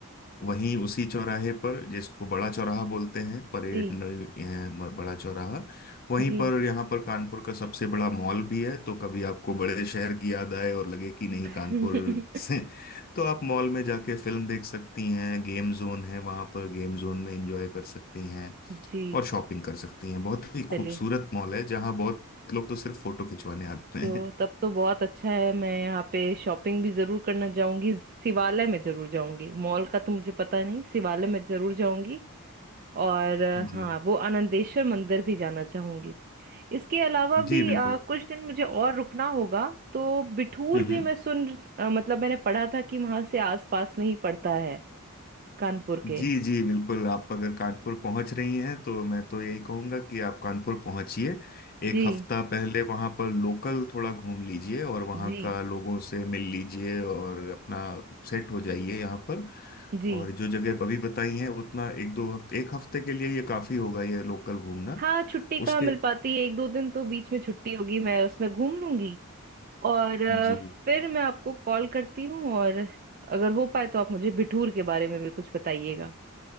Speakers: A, on the left; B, on the right.
A: वहीं उसी चौराहे पर जिसको बड़ा चौराहा बोलते हैं परेड
B: जी
A: न- अ, बड़ा चौराहा वहीं
B: जी
A: पर यहाँ पर कानपुर का सबसे बड़ा मॉल भी है तो कभी आपको बड़े शहर की याद आए और लगे कि नहीं
B: <laughs>
A: कानपुर से तो आप मॉल में जाके फिल्म देख सकती हैं गेम जोन है वहाँ पर गेम जोन में एंजॉय कर सकती हैं
B: जी
A: और शॉपिंग कर सकती हैं बहुत ही
B: चलिए
A: खूबसूरत मॉल है जहाँ बहुत लोग तो सिर्फ फोटो खिंचवाने आते हैं
B: तो तब तो बहुत अच्छा है मैं यहाँ पे शॉपिंग भी जरूर करना जाऊंगी शिवालय में जरूर जाऊंगी मॉल का तो मुझे पता नहीं शिवालय में जरूर जाऊंगी और अ,
A: जी
B: हाँ वो आनंदेश्वर मंदिर भी जाना चाहूंगी इसके अलावा भी
A: जी बिल्कुल
B: अ, कुछ दिन मुझे और रुकना होगा तो बिठूर
A: हम्म
B: भी मैं सुन अ, मतलब मैंने पढ़ा था कि वहां से आसपास में ही पड़ता है कानपुर
A: जी
B: के
A: जी बिल्कुल आप अगर कानपुर पहुंच रही हैं तो मैं तो यही कहूंगा कि आप कानपुर पहुंचिए एक
B: जी
A: हफ्ता पहले वहां पर लोकल थोड़ा घूम लीजिए और वहां
B: जी
A: का लोगों से मिल लीजिए और अपना सेट हो जाइए यहाँ पर
B: जी
A: और जो जगह अभी बताई हैं उतना एक दो हफ्ते एक हफ्ते के लिए ये काफी होगा ये लोकल घूमना
B: हाँ छुट्टी कहाँ
A: उसके
B: मिल पाती है एक दो दिन तो बीच में छुट्टी होगी मैं उसमें घूम लूंगी और अ,
A: जी
B: फिर मैं आपको कॉल करती हूँ और अगर हो पाए तो आप मुझे बिठूर के बारे में भी कुछ बताइएगा